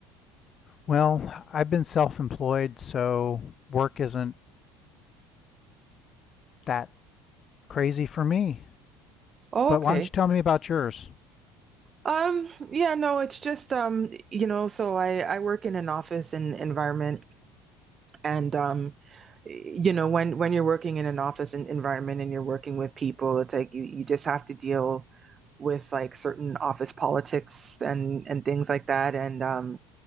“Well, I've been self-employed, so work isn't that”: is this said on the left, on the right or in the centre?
Left